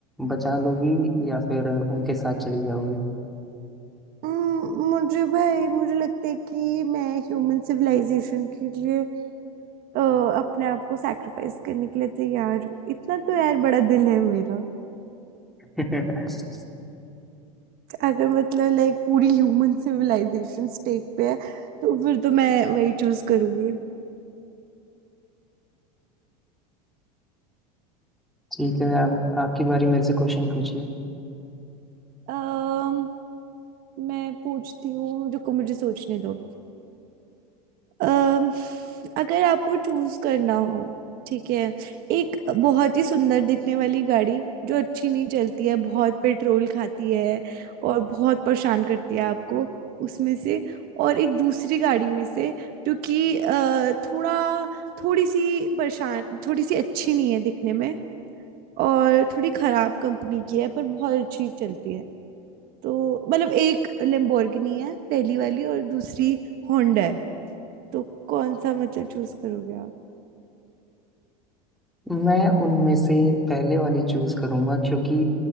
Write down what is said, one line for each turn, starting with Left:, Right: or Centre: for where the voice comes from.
Centre: बचा लोगी या फिर उनके साथ चली जाओगी
Right: हम्म, मुझे भाई मुझे लगता है कि मैं ह्यूमन सिविलाइजेशन के लिए अ, अपने आप को सैक्रिफाइस करने के लिए तैयार हूँ इतना तो यार बड़ा दिल है मेरा
Centre: <laughs>
Right: अगर मतलब लाइक पूरी ह्यूमन सिविलाइजेशन स्टेट पे है तो फिर तो मैं वही चूज करूंगी
Centre: ठीक है आप, आपकी बारी मेरे से क्वेश्चन पूछिए
Right: अम्म मैं पूछती हूँ रुको मुझे सोचने दो अम, अगर आपको चूज करना हो ठीक है एक बहुत ही सुंदर दिखने वाली गाड़ी जो अच्छी नहीं चलती है बहुत पेट्रोल खाती है और बहुत परेशान करती है आपको उसमें से और एक दूसरी गाड़ी में से जो कि अ, थोड़ा थोड़ी सी परेशान थोड़ी सी अच्छी नहीं है दिखने में और थोड़ी खराब कंपनी की है पर बहुत अच्छी चलती है तो मतलब एक लेम्बोर्गिनी है पहली वाली और दूसरी होंडा है तो कौन सा मतलब चूज करोगे आप
Centre: मैं उनमें से पहले वाली चूज करूंगा क्योंकि